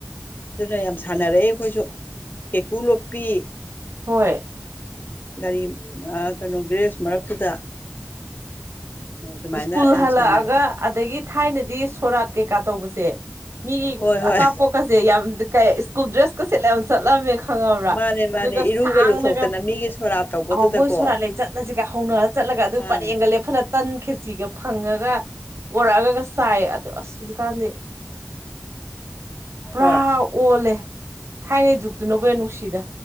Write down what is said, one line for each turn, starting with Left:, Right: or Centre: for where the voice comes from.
Left: ꯑꯗꯨꯅ ꯌꯥꯝ ꯁꯥꯟꯅꯔꯛꯦ ꯑꯩꯈꯣꯏꯁꯨ ꯀꯩꯀꯨꯂꯣꯞꯄꯤ꯫
Right: ꯍꯣꯏ꯫
Left: ꯒꯥꯔꯤ ꯀꯩꯅꯣ ꯒ꯭ꯔꯦꯖ ꯃꯔꯛꯇꯨꯗ ꯑꯣ ꯑꯗꯨꯃꯥꯏꯅ
Right: ꯁ꯭ꯀꯨꯜꯗ
Left: ꯌꯥꯝ
Right: ꯍꯜꯂꯛꯑꯒ
Left: ꯁꯥꯟꯅꯔꯛꯑꯦ
Right: ꯑꯗꯒꯤ ꯊꯥꯏꯅꯗꯤ ꯁꯣꯔꯥꯠ ꯀꯩꯀꯥ ꯇꯧꯕꯁꯦ ꯃꯤꯒꯤ
Left: ꯍꯣꯏ ꯍꯣꯏ
Right: ꯑꯆꯥꯄꯣꯠꯀꯁꯦ ꯌꯥꯝ꯫ ꯀ ꯏꯁꯀꯨꯜ ꯗ꯭ꯔꯦꯁ ꯀ ꯁꯦꯠꯂꯦ꯫ ꯆꯠꯂꯝꯃꯦ ꯈꯪꯉꯕ꯭ꯔꯥ
Left: ꯃꯥꯅꯦ ꯃꯥꯅꯦ
Right: ꯑꯗꯨꯒ
Left: ꯏꯔꯨꯒ
Right: ꯁꯥꯡꯅꯒ
Left: ꯂꯨꯊꯣꯛꯇꯅ ꯃꯤꯒꯤ ꯁꯣꯔꯥꯠ ꯇꯧꯕꯗꯨꯗꯀꯣ
Right: ꯑꯍꯣꯡꯕꯣꯏ ꯁꯣꯔꯥ ꯂꯩ ꯆꯠꯂꯁꯤꯒ ꯍꯧꯅꯔ ꯆꯠꯂꯒ ꯑꯗꯨ
Left: ꯑꯥ
Right: ꯄꯔꯦꯡꯒ ꯂꯦꯞꯍꯠꯂ ꯇꯟ ꯈꯦꯆꯤꯒ ꯐꯪꯉꯒ ꯄꯣꯔꯛꯑꯒ ꯆꯥꯏ ꯑꯗꯨ ꯑꯁꯖꯤ ꯀꯥꯟꯗꯤ꯫ ꯄꯨꯔꯥ
Left: ꯍꯣꯏ
Right: ꯑꯣꯜꯂꯦ ꯊꯥꯏꯅꯩ ꯨꯛꯇꯨꯕꯨ ꯌꯥ ꯅꯨꯡꯁꯤꯗ꯫